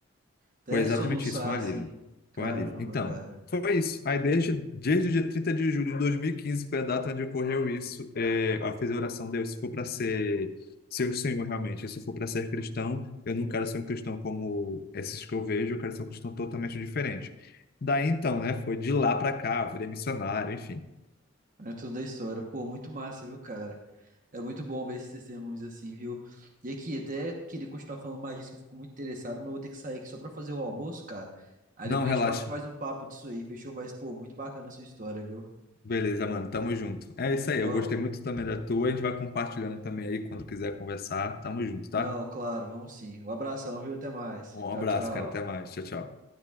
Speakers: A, on the right; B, on the left.
A: Até
B: Foi exatamente
A: soluçar
B: isso, foi um alívio.
A: assim. Caramba,
B: Foi um alívio. Então,
A: cara.
B: foi isso. Aí desde, desde o dia 30 de julho de 2015 foi a data onde ocorreu isso. É, eu fiz a oração, Deus, se for para ser ser o Senhor realmente, se for para ser cristão, eu não quero ser um cristão como esses que eu vejo, eu quero ser um cristão totalmente diferente. Daí então, né, foi de lá para cá, virei missionário, enfim.
A: É toda a história. Pô, muito massa, viu, cara? É muito bom ver esses testemunhos assim, viu? E aqui, até queria continuar falando mais disso, que eu fico muito interessado, mas eu vou ter que sair aqui só pra fazer o almoço, cara. Aí
B: Não,
A: depois
B: relaxa.
A: a gente bate mais um papo disso aí, fechou? Mas, pô, muito bacana a sua história, viu?
B: Beleza, mano, tamo junto. É isso aí,
A: Boa-
B: eu gostei muito também da tua, a gente vai compartilhando também aí quando quiser conversar. Tamo junto, tá?
A: Não, claro, vamos sim. Um abração, viu? Até mais.
B: Um
A: Tchau,
B: abraço,
A: tchau.
B: cara, até mais. Tchau, tchau.